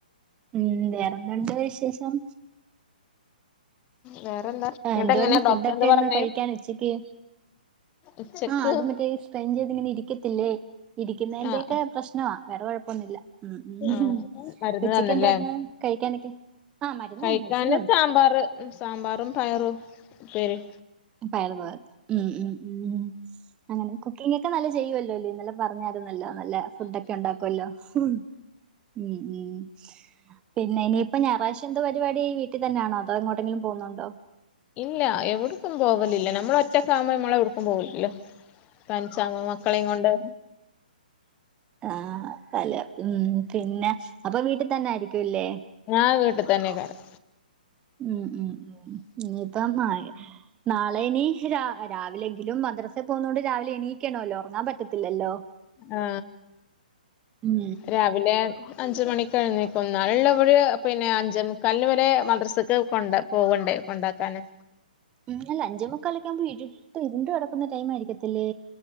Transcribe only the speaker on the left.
വേറെന്താ
എന്നിട്ട്
എങ്ങനെയാ
ഡോക്ടർ
എന്താ പറഞ്ഞേ
ഉച്ചക്ക്
ആഹ്
ആഹ്
മരുന്ന്
തന്നല്ലേ
കഴിക്കാന്
സാമ്പാറ് ഉം സാമ്പാറും പയറും ഉപ്പേരിം
ഇല്ല എവിടക്കും പോവലില്ല. നമ്മള ഒറ്റക്കാകുമ്പോം നമ്മളെ എവിടക്കും പോവലില്ല. തനിചാങ്ങ് മക്കളെ കൊണ്ട്
ഞാൻ വീട്ടിൽ തന്നെ കാരം.
ആ,
രാവിലെ അഞ്ച് മണി എഴുന്നൽ ക്കും എന്നാലല്ലേ ഇവരെ പിന്നെ അഞ്ചേ മുക്കാലിന് ഇവരെ മദ്രസക്ക് കൊണ്ട പോകണ്ടേ കൊണ്ടാക്കാന്